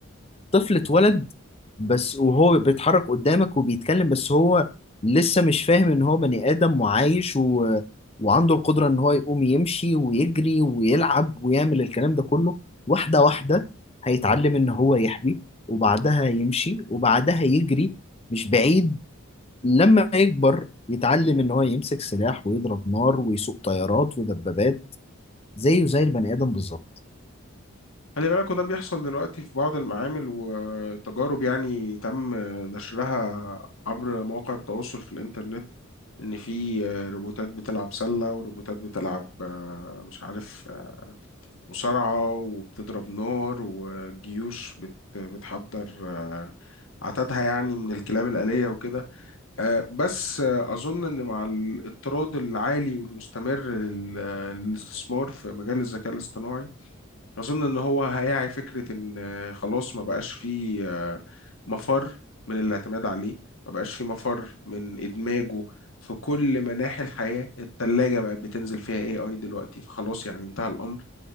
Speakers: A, on the left; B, on the left.
A: طفل اتولد بس وهو بيتحرك قدامك وبيتكلم بس هو لسه مش فاهم ان هو بني ادم وعايش و... وعنده القدرة ان هو يقوم يمشي ويجري ويلعب ويعمل الكلام ده كله واحدة واحدة هيتعلم ان هو يحبي وبعدها يمشي وبعدها يجري مش بعيد لما يكبر يتعلم ان هو يمسك سلاح ويضرب نار ويسوق طيارات ودبابات زيه زي البني ادم بالظبط
B: خلي بالك وده بيحصل دلوقتي في بعض المعامل وتجارب يعني تم نشرها عبر مواقع التواصل في الإنترنت إن في آه، روبوتات بتلعب سلة وروبوتات بتلعب آه، مش عارف آه، مصارعة وبتضرب نار وجيوش بت- بتحضر آه، عتادها يعني من الكلاب الآلية وكده آه، بس آه، أظن إن مع الاضطراد العالي والمستمر لل- للاستثمار في مجال الذكاء الاصطناعي أظن إن هو هيعي فكرة إن آه، خلاص ما بقاش فيه آه، مفر من الاعتماد عليه ما بقاش فيه مفر من إدماجه في كل مناحي الحياة التلاجة بقت بتنزل فيها AI دلوقتي فخلاص يعني انتهى الأمر